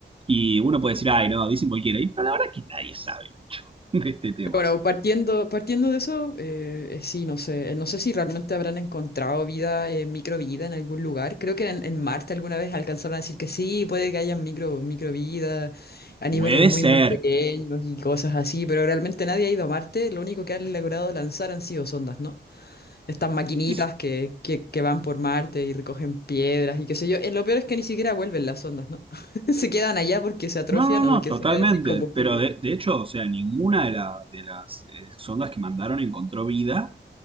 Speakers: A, on the right (about 30°); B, on the left (about 55°).
A: y uno puede decir, ay, no, dicen cualquiera. Y, pero la verdad es que nadie sabe mucho <laughs> de este tema.
B: Bueno, partiendo, partiendo de eso, eh, eh, sí, no sé, eh, no sé si realmente habrán encontrado vida, eh, microvida en algún lugar. Creo que en, en Marte alguna vez alcanzaron a decir que sí, puede que haya micro, microvida a
A: Puede
B: niveles muy,
A: ser.
B: muy pequeños y cosas así, pero realmente nadie ha ido a Marte. Lo único que han logrado lanzar han sido sondas, ¿no? Estas maquinitas
A: Es-
B: que, que, que van por Marte y recogen piedras y qué sé yo. Eh, lo peor es que ni siquiera vuelven las sondas, ¿no? <laughs> Se quedan allá porque se atrofian
A: no, no, no,
B: o que
A: totalmente.
B: se quedan sin combustible.
A: Pero de, de hecho, o sea, ninguna de, la- de las eh, sondas que mandaron encontró vida.